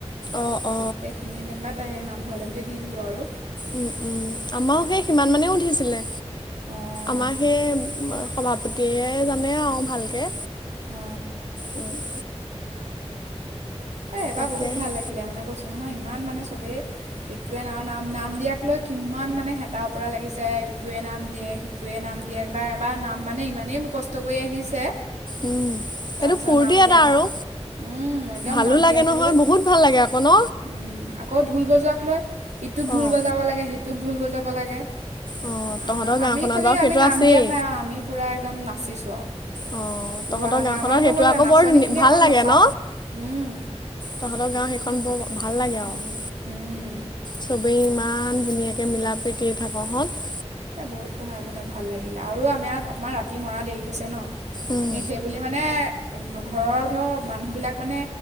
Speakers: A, on the left; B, on the right.
A: অ অ।
B: সেইখিনি যেনিবা তাৰেই নামঘৰলে বুলি দি দিলো আৰু।
A: উম উম। আমাৰো সেই সিমান মানেও উঠিছিলে।
B: অঁ
A: আমাৰ সেই সভাপতিয়ে জানে আৰু ভালকে।
B: অ।
A: উম,
B: এ এইবাৰ
A: তাকেহে
B: বহুত ভাল লাগিলে মানে কৈছো নহয় ই ইমান মানে চবেই, ইটোৱে নাম নাম নাম দিয়াক লৈ কিমান মানে হেতা উপৰা লাগিছে, ইটোৱে নাম দিয়ে, সিটোৱে নাম দিয়ে, বা এবাৰ নাম মানে ইমানেই মুখস্থ কৰি আহিছে
A: উম
B: তাৰপিছত
A: এইটো ফূৰ্তি
B: নাম
A: এটা
B: দিয়াক,
A: আৰু
B: উম একদম
A: ভালো
B: নাম
A: লাগে
B: ইয়াক
A: নহয়
B: লৈ।
A: বহুত ভাল লাগে আকৌ ন
B: উম, আকৌ ঢোল বজোৱা ইয়াক লৈ, ইটোক ঢোল
A: অঁ
B: বজাব লাগে, সিটোক ঢোল বজাব লাগে
A: অঁ
B: অ
A: তহঁতৰ
B: আমি
A: গাঁওখনত
B: খালি
A: বাৰু সেইটো
B: আমি নাম
A: আছেই
B: দিয়াত নাই আৰু, আমি পুৰা একদম নাচিছো আৰু।
A: অঁ
B: পুৰা
A: তহঁতৰ
B: মানে
A: গাঁওখনত
B: আমাক একদম
A: সেইটো
B: কৈছো নহয়,
A: আকৌ
B: নাচনী
A: বৰ ধুনীয়া
B: খিনিয়ে
A: ভাল
B: অকল
A: লাগে
B: নচাটো,
A: ন
B: উম।
A: তহঁতৰ গাও সেইখন
B: বহুত
A: বৰ ভাল লাগে আক,
B: উম উম
A: চব তে ইমান ধুনীয়াকে মিলা প্ৰীতিয়ে থাক হত
B: এ বহুত ভা মানে ভাল লাগিলে। আৰু আমাৰ অকণমান ৰাতি মৰা দেৰি হৈছে ন,
A: উম।
B: সেইবুলি মানে ঘৰৰ ধৰা মানুহবিলাক মানে